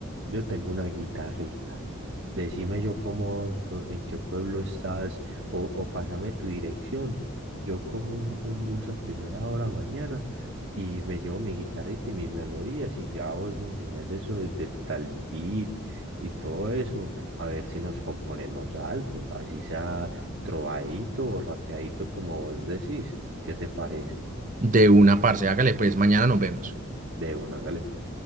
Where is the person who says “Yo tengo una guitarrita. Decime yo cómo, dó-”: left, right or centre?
Right